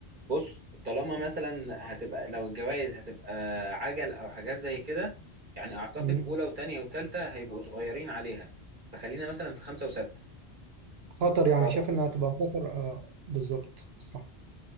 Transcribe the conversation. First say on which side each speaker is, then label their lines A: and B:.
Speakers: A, on the right; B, on the right.
A: بص طالما مثلا هتبقى لو الجوائز هتبقى عجل او حاجات زي كده يعني اعتقد
B: مم.
A: اولى وتانية وتالتة هيبقوا صغيرين عليها فخلينا مثلا في خمسة وستة
B: خطر يعني
A: رابعة
B: شايف انها هتبقى خطر آه بالظبط صح